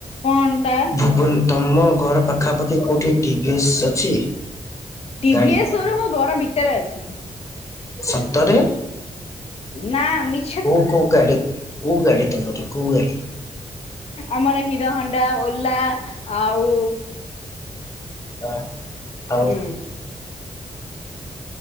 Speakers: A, on the left; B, on the left.
A: କଣ ଟା
B: ଭୁଲ ତୁମ ଘର ପାଖାପାଖି କୋଉଠି ଟିଭିଏସ୍ ଅଛି?
A: ଟିଭିଏସେ
B: ଗାଡି
A: ସୋରୁମୁ ଘର ଭିତରେ ଅଛି।
B: ସତରେ?
A: ନାଆ ମି
B: କୋଉ କୋଉ ଗାଡି କୋଉ ଗାଡି ତମର ତ କୋଉ ଗାଡି?
A: ଆମର ହିରହଣ୍ଡା ଓଲା ଆଉ
B: ଆଁ ଆଉ
A: ହୁଁ